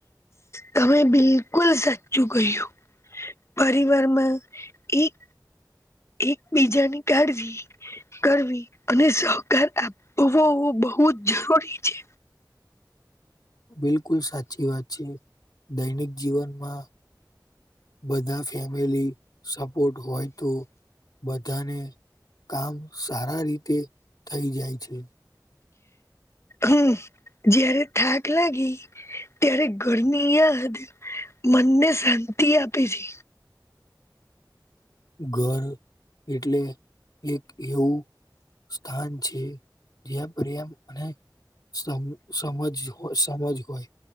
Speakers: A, on the left (about 35°); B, on the left (about 60°).
A: તમે બિલકુલ સાચું કહ્યું પરવારમાં એક એકબીજાને કાઢવી કરવી અને સહકાર આપવો બહુ જ જરૂરી છે
B: બિલકુલ સાચી વાત છે દૈનિક જીવનમાં બધા ફેમિલી સપોર્ટ હોય તો બધાને કામ સારા રીતે થઈ જાય છે
A: હમ જયારે થાક લાગી ત્યારે ઘરની યાદ મનને શાંત ી આપી છે
B: ઘર એટલે એક એવું સ્થાન છે જ્યાં પરિામ અને સમ સમજ હો સમજ હોય